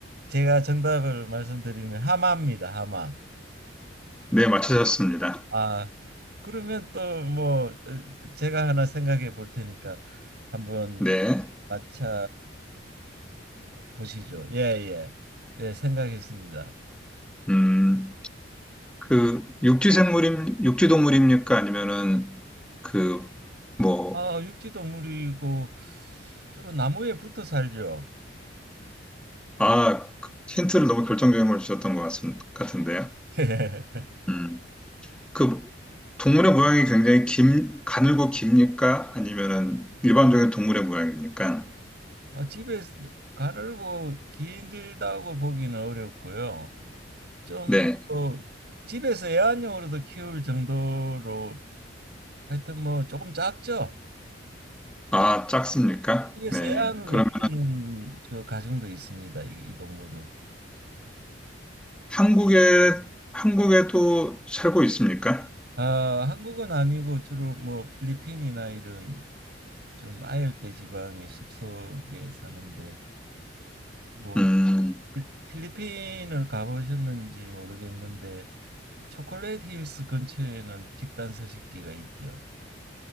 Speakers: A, on the right; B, in the centre.
A: 제가 정답을 말씀드리면 하마입니다. 하마.
B: 네, 맞추셨습니다.
A: 아, 그러면 또뭐 어, 제가 하나 생각해 볼 테니까 한번
B: 네.
A: 맞춰 보시죠. 예, 예. 네, 생각했습니다.
B: 음, 그, 육지 생물임, 육지 동물입니까? 아니면은, 그, 뭐,
A: 아, 육지 동물이고 주로 나무에 붙어 살죠.
B: 아, 그 힌트를 너무 결정적인 걸 주셨던 것 같은, 같은데요.
A: <laughs> 예.
B: 음. 그 동물의 모양이 굉장히 긴, 가늘고 깁니까? 아니면은 일반적인 동물의 모양입니까?
A: 아, 집에 가늘고 길다고 보기는 어렵고요. 좀
B: 네.
A: 뭐 집에서 애완용으로도 키울 정도로 하여튼 뭐 조금 작죠.
B: 아, 작습니까?
A: 그래서
B: 네.
A: 애완으로
B: 그러면
A: 키우는 그 가정도 있습니다. 이, 이 동물은.
B: 한국에, 한국에도 살고 있습니까?
A: 아, 한국은 아니고 주로 뭐 필리핀이나 이런 좀 아열대 지방의 숲속에 사는데 뭐
B: 음,
A: 이- 필리핀을 가보셨는지 모르겠는데 초콜릿 힐스 근처에는 집단 서식지가 있죠.